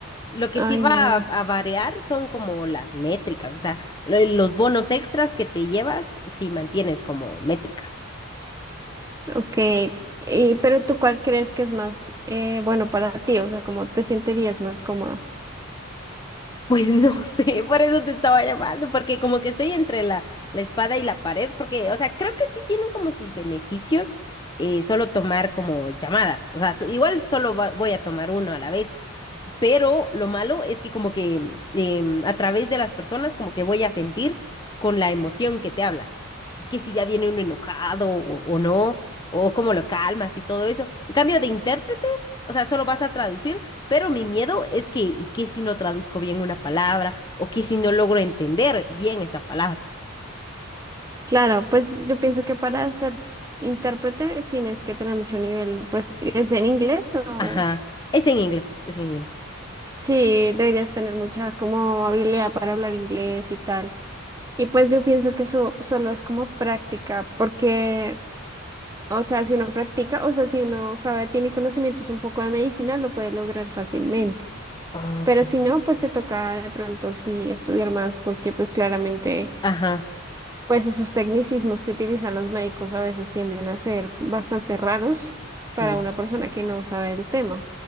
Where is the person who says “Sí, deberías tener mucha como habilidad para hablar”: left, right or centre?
Right